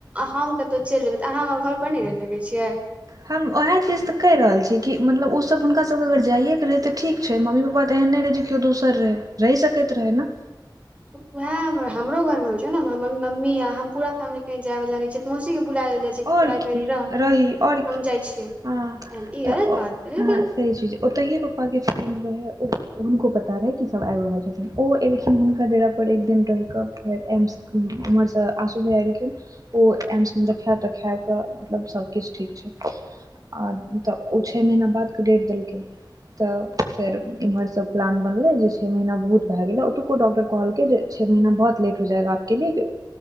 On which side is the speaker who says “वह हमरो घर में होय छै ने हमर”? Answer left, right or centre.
Right